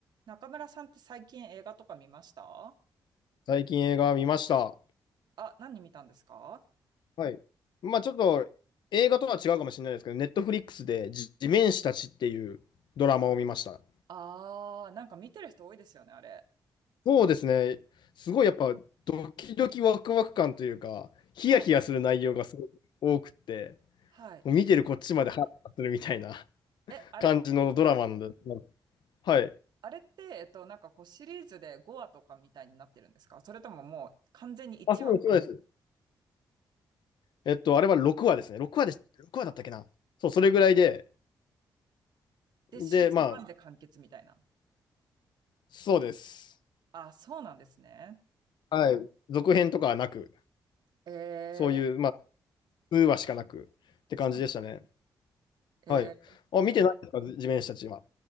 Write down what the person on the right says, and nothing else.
中村さんって最近映画とか見ました
あ、何見たんですか
あー、なんか見てる人多いですよね、あれ。
はい。はい。
え、あれ、
あれって、えっと、なんかこうシリーズで5話とかみたいになってるんですかそれとももう完全に1話
でシーズンワンで完結みたいな。
あ、そうなんですね。
え
ー、
そうなの。えー、